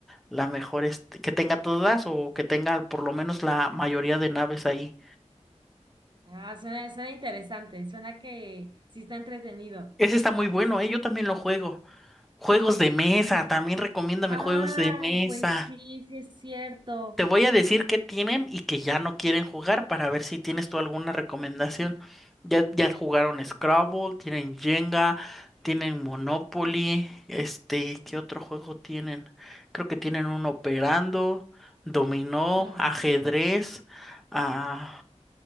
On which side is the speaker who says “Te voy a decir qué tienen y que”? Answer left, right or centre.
Centre